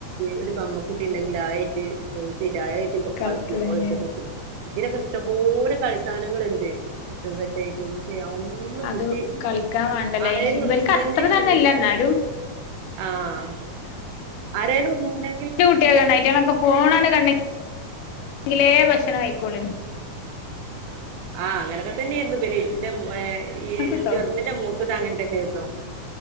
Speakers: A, on the right; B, on the left.
A: ഒരുബമ്മക്കുട്ടിണ്ടെങ്കിലായി ട്ടൊയ്സ്സെറ്റ് അയെറ്റ്കളിക്കും
B: കളിക്കാണ്ല്ലേ
A: ഓര് എടുത്തിട്ട്‌ വച്ചിട്ട് ഇതിനൊക്കെ ഇഷ്ടം പോട് കളിസാനങ്ങള്ണ്ട് കിച്ചൻസെറ്റായിട്ടും ശെ ഒന്നുംകുട്ടി
B: അത് കളിക്കാൻ
A: പോവുല
B: വേണ്ടല്ലേ
A: ആരെലും
B: ഇബൽക്ക്
A: ഉണ്ടെങ്കില്
B: അത്ര തന്നെല്ല
A: പിന്നെ കൊറ
B: എന്നാലും
A: ആഹ് ആരേലുംഉണ്ടെ
B: ന്റെ കുട്ട്യാൾകാണേ അയ്റ്റങ്ങളൊക്കെ ഫോണാണ്ട്കൺ <inaudible> ലേ ഭക്ഷണം കഴിക്കോള്ളേനി
A: ആഹ് ആഹ് അങ്ങനൊക്കെതന്നെയ്രുന്നുബെല് ന്റെഹെ ഈ
B: കിട്ടോ
A: ചെറുതിന്റെമൂത്തത്അങ്ങൻത്തെ യെര്ന്നു